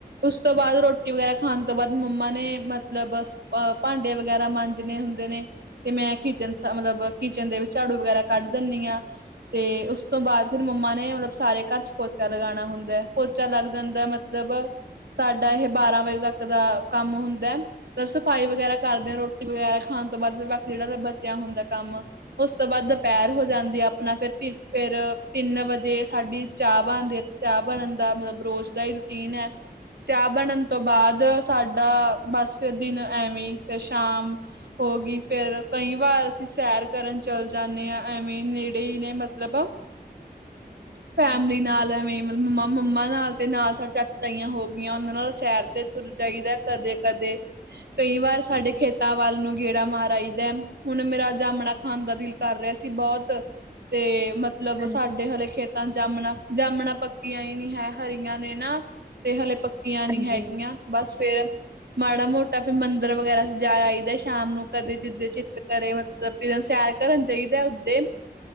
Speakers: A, on the right (about 75°); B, on the right (about 15°).
A: ਉਸ ਤੋਂ ਬਾਅਦ ਰੋਟੀ ਵਗੈਰਾ ਖਾਣ ਤੋਂ ਬਾਅਦ ਮੰਮਾ ਨੇ ਮਤਲਬ, ਅਹ ਭਾਂਡੇ ਵਗੈਰਾ ਮਾਂਜਣੇ ਹੁੰਦੇ ਨੇ ਤੇ ਮੈਂ ਕਿਚਨ ਮਤਲਬ ਕਿਚਨ ਦੇ ਵਿੱਚ ਝਾੜੂ ਵਗੈਰਾ ਕੱਢ ਦਨੀ ਆ ਤੇ ਉਸ ਤੋਂ ਬਾਅਦ ਫੇਰ ਮੰਮਾ ਨੇ ਮਤਲਬ ਸਾਰੇ ਘਰ ਚ, ਪੋਚਾ ਲਗਾਣਾ ਹੁੰਦਾ ਪੋਂਚਾ ਲੱਗ ਜਾਂਦਾ ਮਤਲਬ ਸਾਡਾ ਇਹ ਬਾਰਾਂ ਵਜੇਂ ਤੱਕ ਦਾਂ ਕੰਮ ਹੁੰਦਾ। ਸਫ਼ਾਈ ਵਗੈਰਾ ਕਰਦੇ ਆਂ ਰੋਟੀ ਵਗੈਰਾ ਖਾਣ ਤੋਂ ਬਾਅਦ ਬਾਕੀ ਫਿਰ ਜਿਹੜਾ ਬਚਿਆ ਹੁੰਦਾ ਕੰਮ। ਉਸ ਤੋਂ ਬਾਅਦ ਦੁਪਹਿਰ ਹੋ ਜਾਂਦੀ ਆਪਣਾ ਫਿਰ ਫਿਰ ਤਿੰਨ ਵਜੇ ਸਾਡੀ ਚਾਹ ਬਣਦੀ ਐ ਚਾਹ ਬਣਨ ਦਾ ਮਤਲਬ ਰੋਜ਼ ਦਾ ਈ ਰੂਟੀਨ ਐ। ਚਾਹ ਬਣਨ ਤੋਂ ਬਾਅਦ
B: ਹਾਂਜੀ
A: ਸਾਡਾ ਬਸ ਫਿਰ ਦਿਨ ਐਵੇਂ ਫਿਰ ਸ਼ਾਮ ਹੋਗੀ ਫੇਰ ਕਈ ਵਾਰ ਅਸੀਂ ਸ਼ੈ ਕਰਨ ਚੱਲ ਜਾਣੇ ਆ ਐਵੇਂ ਨੇੜੇ ਈ ਨੇ ਮਤਲਬ। ਫੈਮਿਲੀ
B: ਹਾਂਜੀ
A: ਨਾਲ ਐਵੇਂ। ਮਤਲਬ ਮੰਮਾ ਮੰਮਾ ਨਾਲ ਤੇ ਨਾਲ ਸਾਡੇ ਚਾਚੀ ਤਾਈਆਂ ਹੋ ਗਈਆਂ ਉਹਨਾਂ ਨਾਲ ਸੈਰ ਤੇ ਤੁਰ ਜਾਈਦਾਂ ਕਦੇ ਕਦੇ। ਕਈ ਵਾਰ ਸਾਡੇ ਖੇਤਾਂ ਵੱਲ ਨੂੰ ਗੇੜਾ ਮਾਰ ਆਈਦਾ ਹੁਣ ਮੇਰਾ ਜਾਮਣਾ ਖਾਣ ਦਾ ਦਿਲ ਕਰ ਰਿਹਾ ਸੀ ਬੋਤ, ਤੇ ਮਤਲਬ
B: ਹਾਂਜੀ ਹਾਂਜੀ
A: ਸਾਡੇ ਹਲੇ ਖੇਤ ਤਾਂ ਜਾਮਣਾ -ਜਾਮਣਾ ਪੱਕੀਆਂ ਨੀ ਹੈ ਹਰੀਆਂ ਨੇ ਨਾ, ਤੇ ਹਲੇ ਪੱਕ ਪਕੀਆਂ ਨੀ
B: ਹਾਂਜੀ।
A: ਹੈਗੀਆਂ, ਬਸ ਫੇਰ ਮਾੜਾ ਮੋਟਾਂ ਫਿਰ ਮੰਦਿਰ ਵਗੈਰਾ ਜਾਈਦਾ ਸ਼ਾਮ ਨੂੰ ਕਦੇ ਜਿੱਦੇ ਚਿੱਤ ਕਰੇ ਮਤਲਬ ਨ ਸੈਰ ਕਰਨ ਜਾਹੀਦਾ ਉਦੇ,